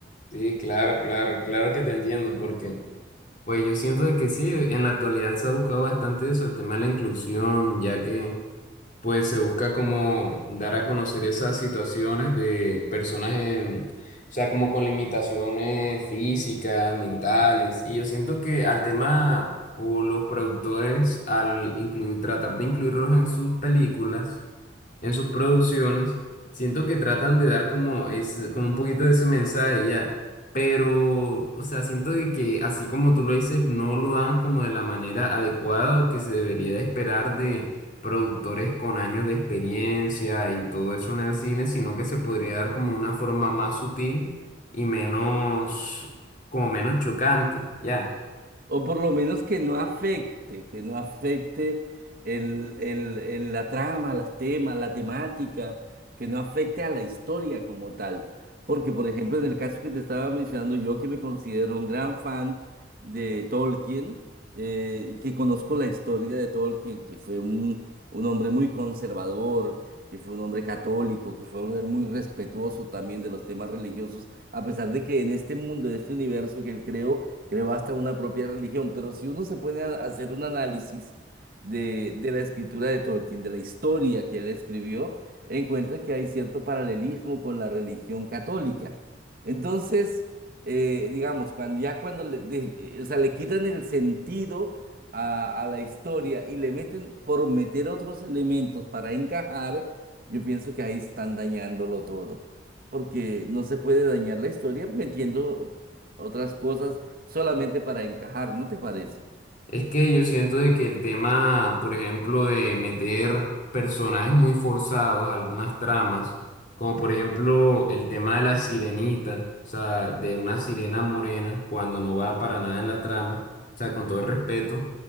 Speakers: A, on the left; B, on the right.
A: Sí, claro, claro, claro que te entiendo, porque pues yo siento de que sí, en la actualidad se ha buscado bastante eso, el tema de la inclusión, ya que pues se busca como dar a conocer esas situaciones de personas en, o sea, como con limitaciones físicas, mentales, y yo siento que al tema o los productores al incluir, tratar de incluirlos en sus películas, en sus producciones, siento que tratan de dar como, es, como un poquito de ese mensaje ya, pero, o sea, siento de que así como tú lo dices, no lo dan como de la manera adecuada o que se debería de esperar de productores con años de experiencia y todo eso en el cine, sino que se podría dar como una forma más sutil y menos, como menos chocante, ya.
B: O por lo menos que no afecte, que no afecte el, el- el- la trama, las temas, la temática, que no afecte a la historia como tal. Porque, por ejemplo, en el caso que te estaba mencionando, yo que me considero un gran fan de Tolkien, eh, y que conozco la historia de Tolkien, que fue un, un hombre muy conservador, que fue un hombre católico, que fue un hombre muy respetuoso también de los temas religiosos, a pesar de que en este mundo, en este universo que él creó, creó hasta una propia religión, pero si uno se pone a hacer un análisis de, de la escritura de Tolkien, de la historia que él escribió, encuentra que hay cierto paralelismo con la religión católica. Entonces, eh, digamos, cuando ya cuando le, des- eh, o sea, le quitan el sentido a, a la historia y le meten por meter otros elementos para encajar, yo pienso que ahí están dañándolo todo, porque no se puede dañar la historia metiendo otras cosas solamente para encajar, ¿no te parece?
A: Es que yo siento de que el tema, por ejemplo, de meter personajes muy forzados, algunas tramas, como por ejemplo el tema de la sirenita, o sea, de una sirena morena, cuando no va para nada en la trama, o sea, con todo el respeto,